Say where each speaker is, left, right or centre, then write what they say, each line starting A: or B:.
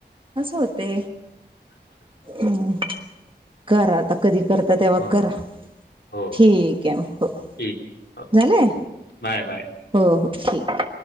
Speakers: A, on the right; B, on the left.
A: अस होते म् करात आता कधी करता तेव्हा
B: हो
A: करा
B: हो
A: ठीक आहे हो
B: ठीक आहे हो
A: झालंय
B: बाय बाय
A: हो हो ठीक